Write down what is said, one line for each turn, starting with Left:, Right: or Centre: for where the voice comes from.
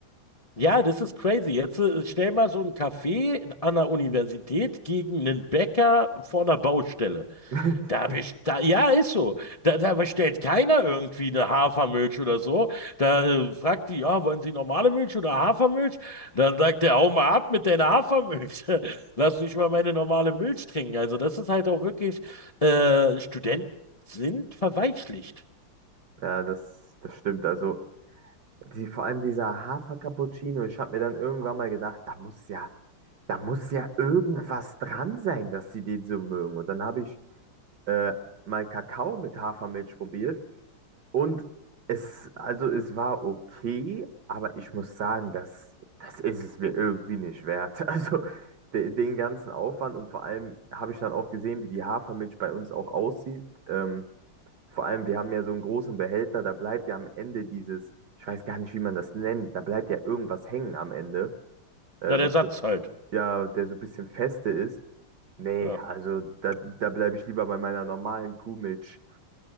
Left: Ja, das ist crazy. Jetzt äh, stell mal so einen Café an der Universität gegen einen Bäcker vor einer Baustelle.
Right: <laughs>
Left: Da best da ja, ist so. Da, da bestellt keiner irgendwie eine Hafermilch oder so. Da äh, fragt die, ja, wollen Sie normale Milch oder Hafermilch? Dann sagt der, hau mal ab mit deiner Hafermilch. <laughs> Lass mich mal meine normale Milch trinken. Also das ist halt auch wirklich, äh, Studenten sind verweichlicht.
Right: Ja, das, das stimmt. Also die, vor allem dieser Hafer Cappuccino, ich habe mir dann irgendwann mal gedacht, da muss ja, da muss ja irgendwas dran sein, dass sie den so mögen. Und dann habe ich äh, mal Kakao mit Hafermilch probiert. Und es, also es war okay, aber ich muss sagen, das, das ist es mir irgendwie nicht wert. <laughs> Also de, den ganzen Aufwand und vor allem habe ich dann auch gesehen, wie die Hafermilch bei uns auch aussieht. Ähm, vor allem, wir haben ja so einen großen Behälter, da bleibt ja am Ende dieses, ich weiß gar nicht, wie man das nennt, da bleibt ja irgendwas hängen am Ende, äh,
Left: Na, der
Right: was
Left: Satz
Right: so,
Left: halt.
Right: ja, der so ein bisschen feste ist. Nee,
Left: Ja.
Right: also da, da bleibe ich lieber bei meiner normalen Kuhmilch.